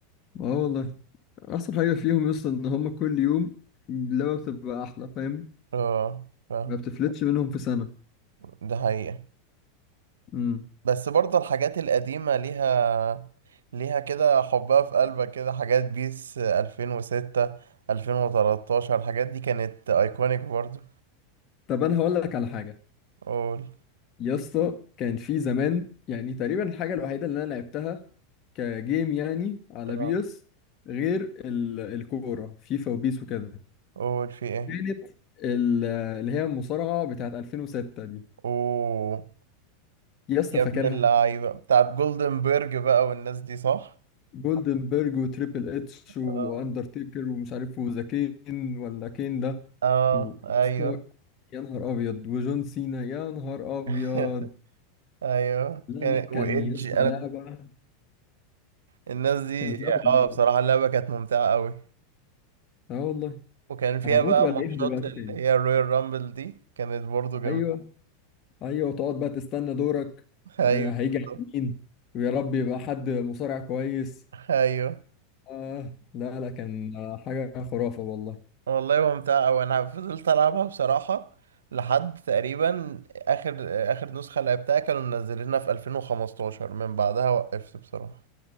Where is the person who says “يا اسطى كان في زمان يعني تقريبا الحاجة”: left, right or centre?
Left